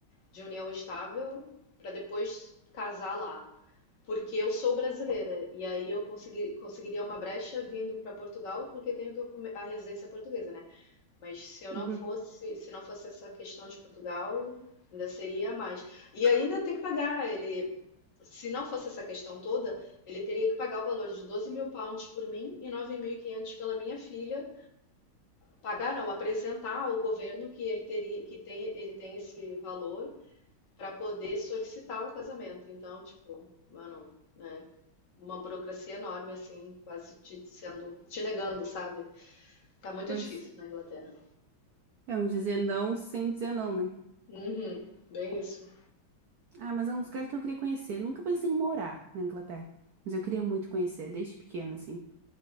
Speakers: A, on the left; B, on the right.
A: de união estável para depois casar lá. Porque eu sou brasileira, e aí eu consegui- conseguiria uma brecha vindo para Portugal, porque tenho docu- a residência portuguesa, né? Mas se eu
B: uhum.
A: não fosse, se não fosse essa questão de Portugal, ainda seria a mais. E ainda tem que pagar, ele, se não fosse essa questão toda, ele teria que pagar o valor de 12 mil pounds por mim e 9.500 pela minha filha. Pagar não, apresentar ao governo que ele teria, que tem, ele tem esse valor para poder solicitar o casamento. Então, tipo, mano, né? Uma burocracia enorme, assim, quase te sendo, te negando, sabe? Tá muito
B: Pois
A: difícil na Inglaterra.
B: é um dizer não sem dizer não, né?
A: Uhum, bem isso.
B: Ah, mas é um dos lugares que eu queria conhecer. Nunca pensei em morar na Inglaterra. Mas eu queria muito conhecer, desde pequena, assim.